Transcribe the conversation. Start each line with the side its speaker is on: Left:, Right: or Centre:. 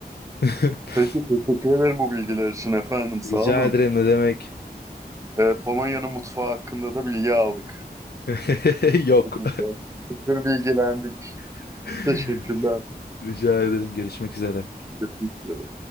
Left: <laughs>
Right: Peki teşekkür ederim bu bilgiler için efendim. Sağ
Left: Rica
Right: olun.
Left: ederim ne demek?
Right: Ee, Polonya'nın mutfağı hakkında da bilgi aldık.
Left: <laughs> Yok.
Right: Çok güzel. Çok bilgilendik.
Left: <laughs>
Right: Teşekkürler.
Left: Rica ederim görüşmek üzere.
Right: Teşekkürler.